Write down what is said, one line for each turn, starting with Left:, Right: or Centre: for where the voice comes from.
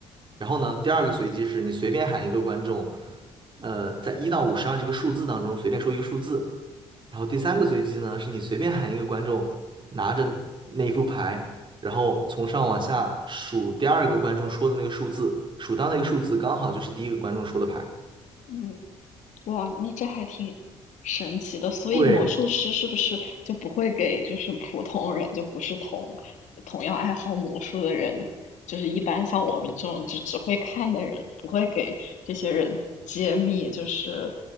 Right: 然后呢，第二个随机是你随便喊一个观众，呃，在一到五十二这个数字当中随便说一个数字，然后第三个随机呢，是你随便喊一个观众拿着那副牌，然后从上往下数第二个观众说的那个数字，数到那个数字刚好就是第一个观众说的牌。
Left: 嗯。哇，那这还挺神奇的。所以魔术师是不是就不会给就是普通人，
Right: 对，
Left: 就不是同同样爱好魔术的人，就是一般像我们这种就只会看的人，不会给这些人揭秘就是